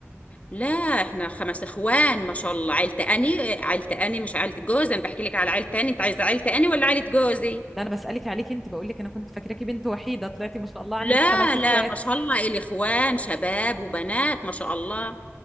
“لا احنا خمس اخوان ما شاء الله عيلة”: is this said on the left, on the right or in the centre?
Left